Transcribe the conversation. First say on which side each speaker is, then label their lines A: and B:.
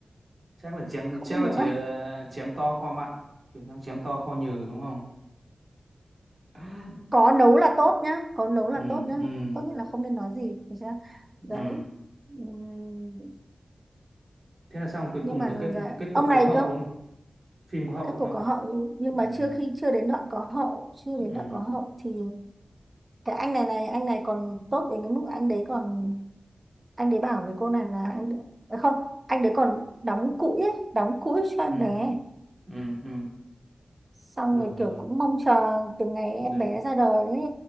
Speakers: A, on the right (about 40°); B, on the right (about 25°).
A: chắc là chém
B: không
A: chắc
B: biết
A: là
B: nấu
A: chỉ
B: ăn
A: ờ, chém to kho mặn chuyển sang chém to kho nhừ đúng không <laughs>
B: có nấu là tốt nhá có nấu là
A: ừ
B: tốt nhá
A: ừ
B: tốt nhất là không nên nói gì được chưa? đấy
A: ừ
B: Ừm,
A: thế là xong cuối
B: nhưng
A: cùng
B: mà
A: là
B: dần
A: kết
B: dần
A: kết cục
B: ông này
A: có hậu
B: cơ
A: đúng không phim có hậu
B: các
A: đúng
B: cô
A: không
B: có hậu nhưng, nhưng mà
A: ừ
B: chưa khi chưa đến đoạn có hậu chưa
A: ừ
B: đến đoạn có hậu thì cái anh này này anh này còn tốt đến cái mức anh đấy còn anh đấy bảo với cô này là anh à không anh đấy còn đóng cũi ấy, đóng cũi cho em
A: ừ
B: bé
A: ừ ừ
B: xong
A: rồi
B: rồi kiểu
A: rồi
B: cũng mong chờ từ ngày em
A: được
B: bé ra đời ấy